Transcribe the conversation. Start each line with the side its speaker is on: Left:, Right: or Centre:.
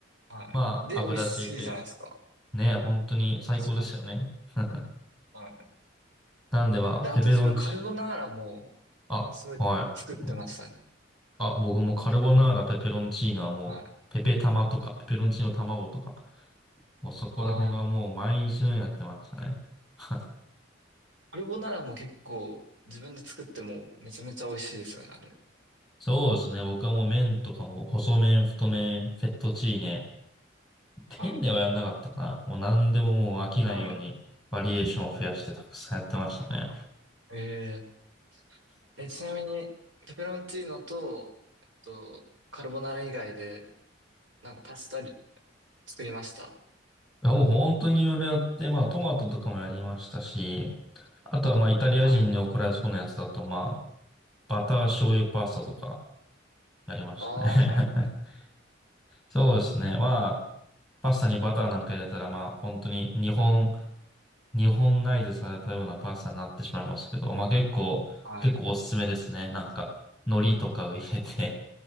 Right: い、はい。
Centre: まあ油敷いて、
Right: で、美味しいじゃないですか。
Centre: ね、本当に最高ですよね。
Right: しかも。
Centre: <laughs>
Right: はい。
Centre: なんでまあ、
Right: で、
Centre: ペペロンチ、
Right: あと自分カルボナーラも、
Centre: あ、
Right: それ作ってましたね。
Centre: はい。あ、僕もカルボナーラ、ペペロンチーノはもう、
Right: はい。あ
Centre: ペペ玉とか、ペペロンチーノ卵とか、もうそこら辺はもう毎日のようにやってましたね。
Right: あ。
Centre: <laughs>
Right: カルボナーラも結構自分で作ってもめちゃめちゃ美味しいですよね、あれ。
Centre: そうですね。僕はもう麺とかも、細麺、太麺、フェットチーネ。ペンネはやんなかったかな。
Right: はい。
Centre: もう何でももう飽きないように、
Right: は
Centre: バリエーションを増やしてたくさんやってましたね。
Right: い。えー、え、ちなみに、ペペロンチーノと、えっと、カルボナーラ以外で、なんかパスタり作りました。
Centre: いやもう本当にいろいろやって、まあトマトとかもやりましたし、あとはまあイタリア人に怒られそうなやつだとまあ、
Right: はい。
Centre: バター醤油パスタとかやりましたね
Right: ああ、はいはい。
Centre: <laughs> そうですね。まあ、パスタにバターなんか入れたら、まあ、本当に日本、日本ナイズされたようなパスタになってしまいますけど、まあ結構、
Right: はい。
Centre: 結構おすすめですね。なんか、海苔とかを入れて